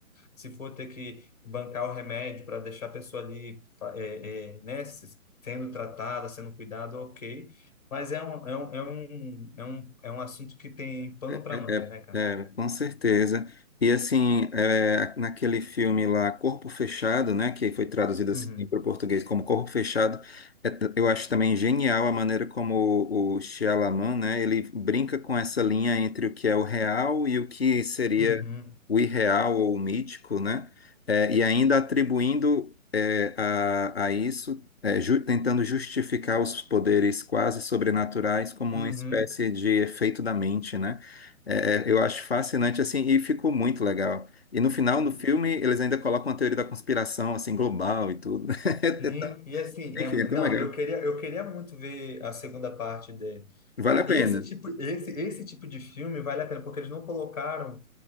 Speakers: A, on the left (about 25°); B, on the left (about 45°).
A: se for ter que bancar o remédio para deixar a pessoa ali, fa- é, é, né, se- sendo tratada, sendo cuidada, ok. Mas é um, é um, é um, é um, é um assunto que tem pano para
B: É,
A: manga, né, cara?
B: é, é, com certeza. E assim, é, naquele filme lá, Corpo Fechado, né, que foi traduzido assim
A: Uhum.
B: para o português como Corpo Fechado, é, eu acho também genial a maneira como o, o Shyamalan, né, ele brinca com essa linha entre o que é o real e o que seria
A: Uhum,
B: o irreal ou o mítico, né, é, e ainda atribuindo é, a, a isso, é, ju- tentando justificar os poderes quase sobrenaturais como
A: uhum.
B: uma espécie de efeito da mente, né? É, é, eu acho fascinante assim e ficou muito legal. E no final do
A: E,
B: filme eles ainda colocam uma teoria da conspiração assim global e tudo. <laughs>
A: sim, e assim,
B: Enfim,
A: é,
B: é tão
A: não,
B: legal.
A: eu queria, eu queria muito ver a segunda parte de
B: Vale
A: a,
B: a pena.
A: esse tipo, esse, esse tipo de filme vale a pena, porque eles não colocaram,